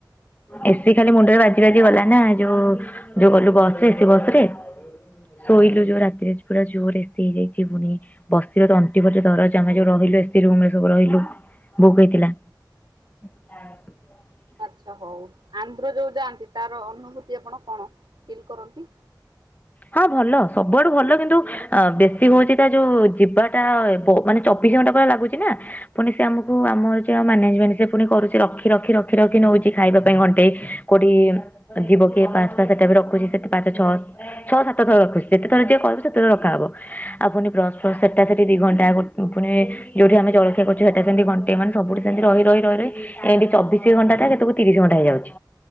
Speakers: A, on the left; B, on the right.
A: ଏ ସିି ଖାଲି ମୁଣ୍ଡରେ ବାଜି ବାଜି ଗଲା ନା ଯୋଉ ଯୋଉ ଗଲୁ ବସ୍ ରେ ଏ ସି ବସ୍ ରେ। ଶୋଇଲୁ ଯୋଉ ରାତିରେ ପୁରା ଜୋର ଏ ସି ହେଇଯାଇଛି ପୁଣି। ବସିରେ ତଣ୍ଟି ପଣ୍ଟି ଦରଜ ଆମେ ଯୋଉ ରହିଲୁ ଏ ସି ରୁମରେ ସବୁ ରହିଲୁ ବୁକ୍ ହେଇଥିଲା। <inaudible>
B: ଆଚ୍ଛା ହଉ ଆନ୍ଧ୍ର ଯୋଉ ଯାଆନ୍ତି ତାର ଅନୁଭୂତି ଆପଣ କଣ ଫିଲ୍ କରନ୍ତି?
A: ହଁ ଭଲ ସବୁଆଡୁ ଭଲ କିନ୍ତୁ ଅ ବେଶୀ ହଉଛି ତା ଯୋଉ ଯିବାଟା ବ ମାନେ ଚବିଶ ଘଣ୍ଟା ପୁରା ଲାଗୁଛି ନା। ପୁଣି ସେ ଆମକୁ ଆମ ଯେ ମ୍ୟାନେଜମେଣ୍ଟ ସେ ପୁଣି କରୁଛି ରଖି ରଖି ରଖି ରଖି ନଉଛି ଖାଇବା ପାଇଁ ଘଣ୍ଟେ। କୋଠି ଯିବ କିଏ ପାସ ପାସ୍ ସେଟା ବି ରଖୁଛି ସେଠେ ପାଞ୍ଚ ଛଅ ଛଅ ସାତ ଥର ରଖୁଛି ଯେତେଥର ଯିଏ କହିବ ସେତେଥର ରଖାହବ ଆହୁରି ପୁଣି ବ୍ରସ୍ ଫ୍ରସ ସେଟା ସେଠି ଦି ଘଣ୍ଟା ପୁଣି ଯେଉଁଠି ଆମେ ଜଳଖିଆ କରୁଛୁ ସେଟା ସେମିତି ଘଣ୍ଟେ ମାନେ ସବୁଠି ସେନ୍ତି ରହି ରହି ରହି ରହି ଏମିତି ଚବିଶ ଘଣ୍ଟ ଟା ସେତକୁ ତିରିଶ ଘଣ୍ଟା ହେଇଯାଉଛି